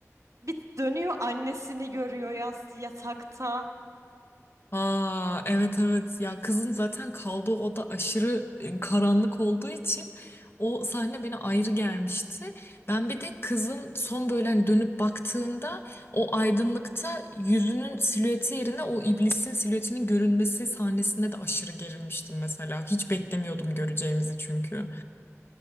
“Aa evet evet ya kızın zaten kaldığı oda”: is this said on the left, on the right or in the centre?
Left